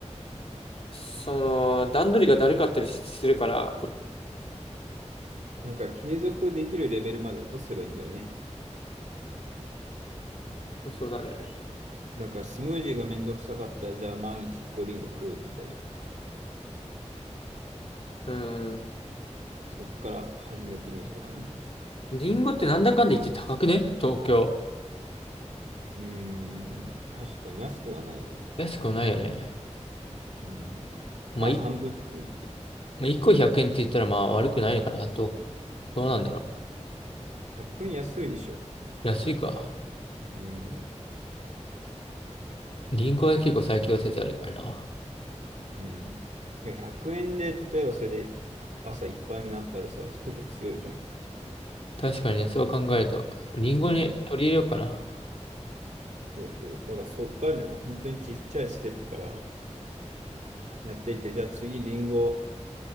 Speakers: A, on the left; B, on the right.
A: その、段取りがだるかったりするから、
B: だから継続できるレベルまで落とせばいいんだよね。
A: そうだね。
B: だからスムージーがめんどくさかったら、じゃあ毎日一個リンゴ食うみたいな。
A: うん。
B: そっから始めてみるとかね。
A: リンゴってなんだかんだ言って高くね東京。
B: うーん。確かに安くはないよね。
A: 安くないよね。
B: うん。
A: まあ、
B: まあ半分でもいいけど。
A: い、まあ、1個100円って言ったらまあ悪くないのかなと。どうなんだろう。
B: 100円安いでしょ。
A: 安いか。
B: うん。
A: リンゴは結構最強説あるからな。
B: うん。いや、100円で、例えばそれで朝いっぱいになったらさ、結構強いじゃん。
A: 確かにね、そう考えると、リンゴに取り入れようかな。
B: うん、そうそう。だからそっからね、本当にちっちゃいステップからやっていって、じゃあ次リンゴ、